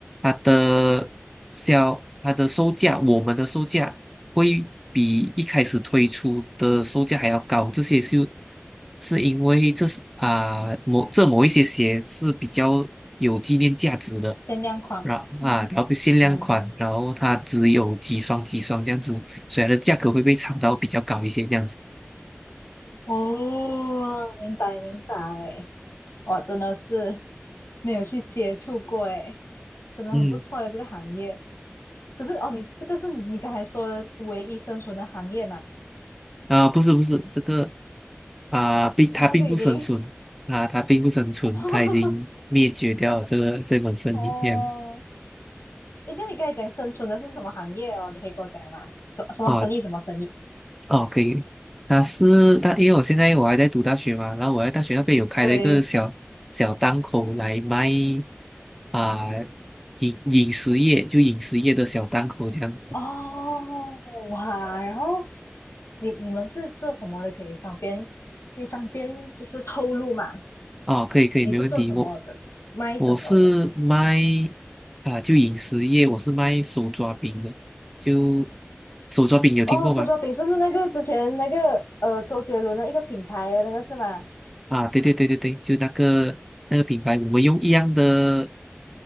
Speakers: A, in the centre; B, on the left.
A: 它的销它的售价，我们的售价会比一开始推出的售价还要高，这些是是因为这是啊、某这某一些鞋是比较有纪念价值的，
B: 限量款
A: 然后啊然后限量款，
B: 哦
A: 然后它只有几双几双这样子，所以它的价格会被炒到比较高一些这样子。
B: 哦，明白明白，哇，真的是没有去接触过诶，真的很不错的这个行业。
A: 嗯。
B: 可是哦，你这个是你刚才说的唯一生存的行业嘛？
A: 啊、不是不是，这个啊、并它并不生存啊，
B: 哦，这个已经
A: 它并不生存，
B: <laughs>
A: 它已经灭绝掉了这个这门生意这样子
B: 哦，诶，这样你刚才讲生存的是什么行业哦？你可以跟我讲吗？什什么生意？
A: 啊
B: 什么生意？
A: 哦，可以。它是它，因为我现在我还在读大学嘛，然后我在大学那边有开了一个小小档口来卖
B: 对，
A: 啊、饮饮食业，就饮食业的小档口这样子
B: 哦，哇，然后。你你们是做什么的？可以方便可以方便就是透露嘛？
A: 哦，可以可以，
B: 你是做什么的？
A: 没问题。我
B: 卖什么的？
A: 我是卖啊，就饮食业，我是卖手抓饼的，就手抓饼有听过吗？
B: 哦，手抓饼是不是那个之前那个呃周杰伦的一个品牌的那个是吗？
A: 啊，对对对对对，就那个那个品牌，我们用一样的